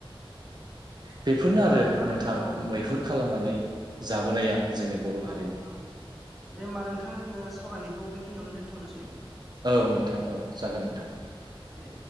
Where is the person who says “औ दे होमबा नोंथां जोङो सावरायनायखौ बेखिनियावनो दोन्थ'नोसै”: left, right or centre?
Centre